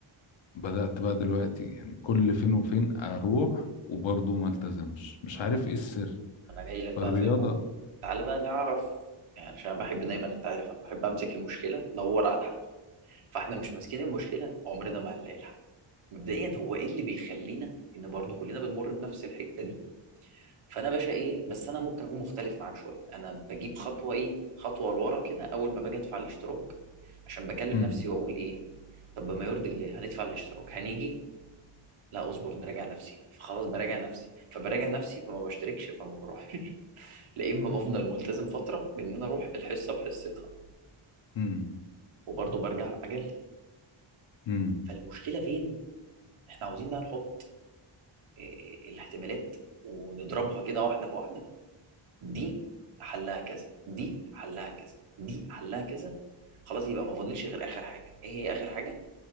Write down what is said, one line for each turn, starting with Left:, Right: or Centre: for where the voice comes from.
Left: بدأت بقى دلوقتي يعني كل فين وفين اروح وبرضه ما التزمش مش عارف ايه السر
Right: انا جاي لك
Left: فالرياضه
Right: بقى في الموضوع تعالى بقى نعرف يعني عشان أنا بحب دايما انت عارف انا بحب امسك المشكله ادور على الحل فاحنا مش ماسكين المشكله عمرنا ما هنلاقي الحل مبدئيا هو ايه اللي بيخلينا ان برضو كلنا بنمر بنفس الحته دي فانا باشا ايه بس انا ممكن اكون مختلف معاك شويه انا بجيب خطوه ايه خطوه لورا كده اول ما باجي ادفع الاشتراك عشان بكلم
Left: امم
Right: نفسي واقول ايه طب ما يرضي الله هندفع الاشتراك هنيجي لا اصبر نراجع نفسينا فخلاص براجع نفسي فبراجع نفسي فما بشتركش فما بروحش لا اما بفضل ملتزم فتره بان انا اروح الحصه بحصتها
Left: امم
Right: وبرضه برجع اجلي
Left: امم
Right: فالمشكله فين احنا عاوزين بقى نحط إيه، الاحتمالات ونضربها كده واحده في واحده دي حلها كذا دي حلها كذا دي حلها كذا خلاص يبقى ما فاضلش غير اخر حاجه ايه هي اخر حاجه